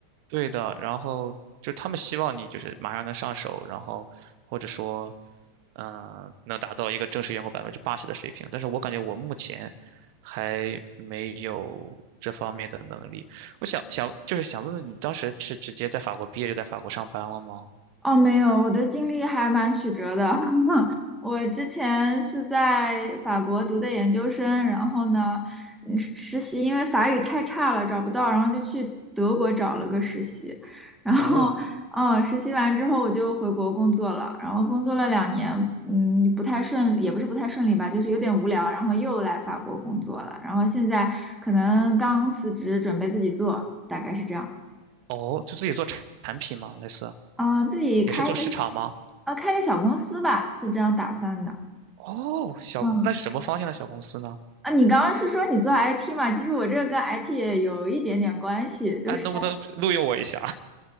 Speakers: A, on the right; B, in the centre.
A: 对的，然后就他们希望你就是马上能上手，然后或者说，嗯、能达到一个正式员工百分之八十的水平。但是我感觉我目前还没有这方面的能力。我想想，就是想问问你，当时是直接在法国毕业就在法国上班了吗？
B: 哦，没有，我的经历还蛮曲折的。<laughs> 我之前是在法国读的研究生，然后呢，嗯实实习因为法语太差了找不到，然后就去德国找了个实习，然后，
A: 哦
B: 嗯，实习完之后我就回国工作了，然后工作了两年，嗯，不太顺利也不是不太顺利吧，就是有点无聊，然后又来法国工作了，然后现在可能刚辞职，准备自己做，大概是这样。
A: 哦，就自己做产产品吗？类似
B: 啊，自己开个
A: 也是做市场吗？
B: 啊，开个小公司吧，是这样打算的。
A: 哦，小，
B: 嗯，
A: 那是什么方向的小公司呢？
B: 啊，你刚刚是说你做 IT 嘛？其实我这个跟 IT 也有一点点关系，就是
A: 哎，能不能录用我一下？